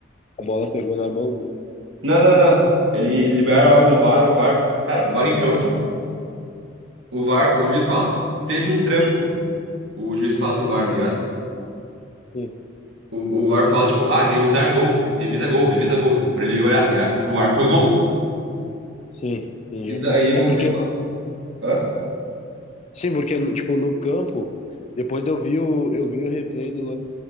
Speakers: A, on the left; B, on the right.
A: a bola pegou na mão dele.
B: Não, não, não. Ele libera o áudio do VAR, o VAR. Cara, o VAR em campo, o VAR, o juiz fala, teve um tranco. O juiz fala pro VAR, tá ligado?
A: Sim,
B: O, o VAR fala, tipo, ah, revisar gol, revisa gol, revisa gol, tipo, pra ele olhar, tá ligado? Porque pro VAR foi gol.
A: sim, entendi.
B: E daí
A: É
B: o
A: porque,
B: juiz fala, hã?
A: sim, porque, no- tipo, no campo, depois eu vi o, eu vi o replay do lance.